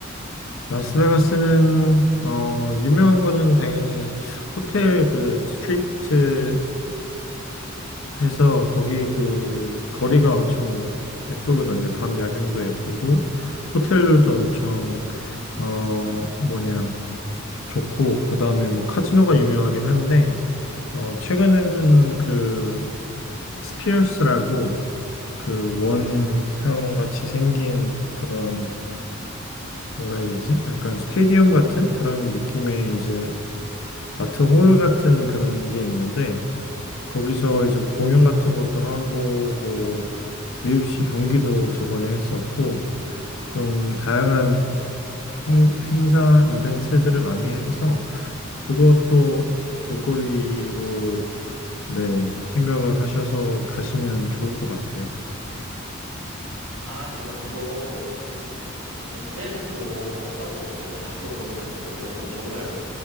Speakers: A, on the left; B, on the right.
A: 라스베가스는, 어, 유명한 거는 당연히 호텔 그 스트립트 해서 거기 그 거리가 엄청 예쁘거든요. 밤 야경도 예쁘고 호텔들도 엄청 어 뭐냐 좋고 그다음에 뭐 카지노가 유명하긴 한데 어 최근에는 그 스피어스라고 그 원형 같이 생긴 그런 뭐라 해야 되지? 약간 스테디움 같은 그런 느낌의 이제 아트홀 같은 그런 게 있는데 거기서 이제 뭐 공연 같은 것도 하고 뭐 UFC 경기도 저번에 했었고, 좀 다양한 행, 행사 이벤트들을 많이 해서 그것도 볼거리로 네, 생각을 하셔서 가시면 좋을 것 같아요.
B: 아, 제가 그거 SNS로 봤던 것 같아요. 아트 볼 같은 거는. 그거 정말